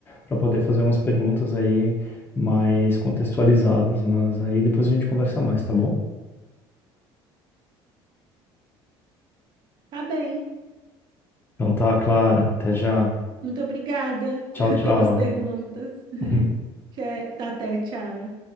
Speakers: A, on the left; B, on the right.
A: para poder fazer umas perguntas aí mais contextualizadas, mas aí depois a gente conversa mais, tá bom?
B: tá bem.
A: Então tá, Clara, até já.
B: Muito obrigada
A: Tchau,
B: <laughs>
A: tchau.
B: pelas perguntas.
A: <laughs>
B: Tchê- Até, tchau.